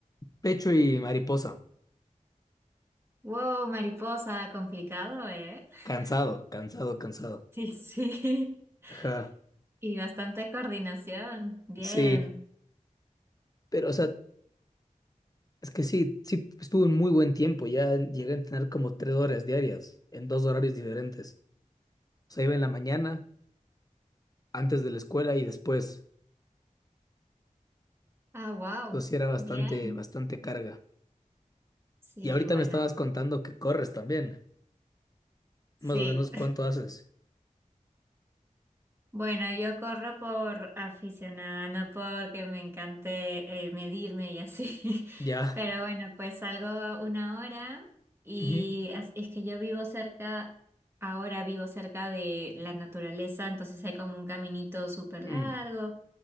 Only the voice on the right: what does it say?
Wow, mariposa, complicado, ¿eh? <laughs>
Sí, sí.
Y bastante coordinación. Bien.
Ah, wow.
Bien.
Sí,
bueno.
Sí.
Bueno, yo corro por aficionada, no porque me encante eh, medirme y así.
<laughs> Pero bueno, pues salgo una hora y
as- es que yo vivo cerca, ahora vivo cerca de la naturaleza, entonces hay como un caminito súper
largo